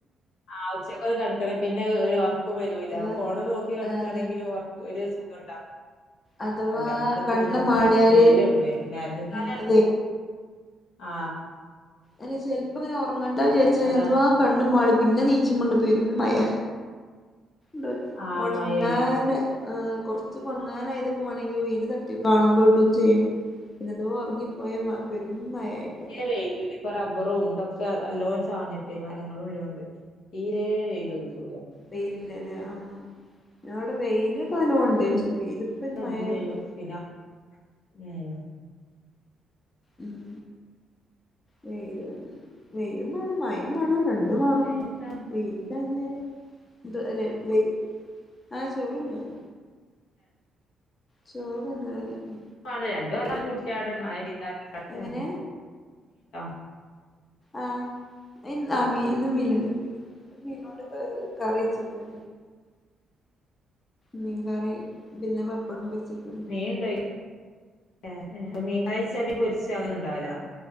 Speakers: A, on the left; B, on the left.
A: ആഹ് ഉച്ചക്കൊന്ന് കെടക്കണേ പിന്നെ ഏ ഒരു ഒർക്കു വരൂല,
B: അഥവാ
A: ഫോണ് നോക്കി കെടക്കാണെങ്കിലു
B: ആ അതാ
A: ഒർക് ഒര്, സുഖണ്ട
B: അഥവാ
A: അല്ല മുറ്റത്ത്
B: കണ്ണ്
A: തുണികുപ്പാങ്കി
B: മാളിയാല്
A: വെയില് വെ വേനൽക്കാലണെങ്കി
B: ഉം അല്ലെ
A: ആ.
B: ല്ല ചെലപ്പോങ്ങനെ ഉറങ്ങാണ്ടാചാരിച്ച
A: അതാണ്
B: അധവകണ്ണ്മാളി പിന്നെനീച്ചുമ്പണ്ട് പെരും മയ. ഡ്ര്
A: ആ
B: ഒണങ്ങാന്-
A: മഴ പെയ്യും
B: അഹ് കുറച്ചോ കൊണങ്ങാനായതൊക്കെഒണങ്ങി വെയിൽ തട്ടി കാണുമ്പോ ഇടുംചെയ്യും. പിന്നെതോ ഉറങ്ങിപ്പോയെവപെരും മയെകാരം.
A: പെയ്യ്തൂല്- ഇപ്പോറബ്ബറും ഇതൊക്കെഅല്ലോ ചാഞ്ഞട്ട് മരങ്ങളുല്ലോണ്ട് തീരെ വെയില് കിട്ടൂല.
B: വെയിലില്ലല്ലെ ആഹ് <unintelligible> ന്തോടെടെ വെയിപ്പോ നല്ലൊൺണ്ട് വെയിപ്പൊ
A: പിന്നെ
B: മയയുണ്ട്.
A: ഇടും ചെയ്യും പിന്നെ ഉം.
B: ഉം വെയിലും വെയിലുമാണം മയിംമാണം രണ്ടു ത് മണം
A: പിന്നെത്താ
B: വെയിൽ- തങ്ങെല് ത് വെ വെയി അഹ് ചോറുണ്ടു- ചോറ്ന്നലെഴിഞ്.
A: റ്റാണ് രണ്ടുഅതുംകുറ്റാണ് മഴപെയ്താലുകുറ്റണ്
B: എങ്ങനെ
A: <unintelligible>
B: ആഹ് ഇന്നമീന് ന്ന്മീന്ണ്ട് മീനോട് കറി കറിച്ചിക്കാ മീൻകറി പിന്നെപപ്പടും പൊരിച്ച്ക്ക
A: മീൻണ്ടയ് ഏഹ് എഹ് മീൻ കറിച്ചപൊരിച്ച അങ്ങനെണ്ടാവൂല.